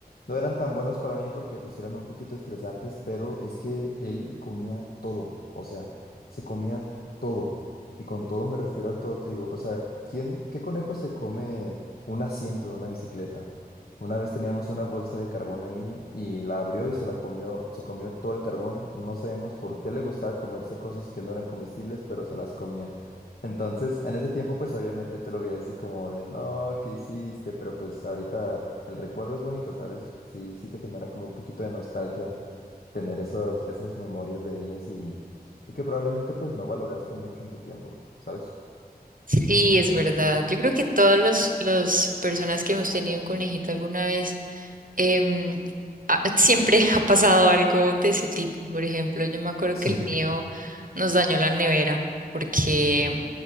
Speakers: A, on the left; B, on the right.
A: No eran tan buenos para mí porque pues eran un poquito estresantes, pero es que él comía todo, o sea, se comía todo. Y con todo me refiero a todo, te digo, o sea, ¿quién, qué conejo se come un asiento de una bicicleta? Una vez teníamos una bolsa de carbón ahí y la abrió y se la comió, se comió todo el carbón. No sabemos por qué le gustaba comerse cosas que no eran comestibles, pero se las comía. Entonces, en ese tiempo, pues obviamente tú lo veías así como de, no, ¿qué hiciste? Pero pues ahorita el recuerdo es bonito, ¿sabes? Sí, sí te genera como un poquito de nostalgia tener esos, esas memorias de ellos y, y que probablemente pues no valoraste mucho en su tiempo, ¿sabes?
B: Sí, es verdad. Yo creo que todas las personas que hemos tenido un conejito alguna vez em, a- siempre <laughs> ha pasado algo de ese tipo. Por ejemplo, yo me acuerdo
A: Sí,
B: que el mío nos dañó la nevera porque